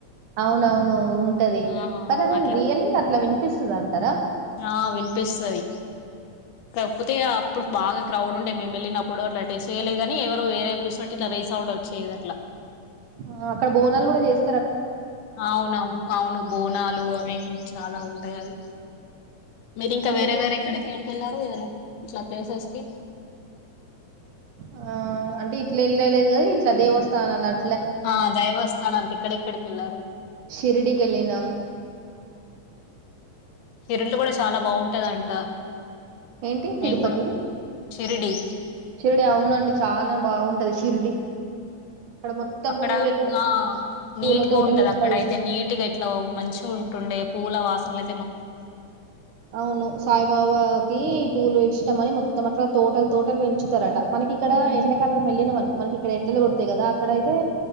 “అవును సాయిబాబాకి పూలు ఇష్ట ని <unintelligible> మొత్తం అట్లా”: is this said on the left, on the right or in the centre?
Right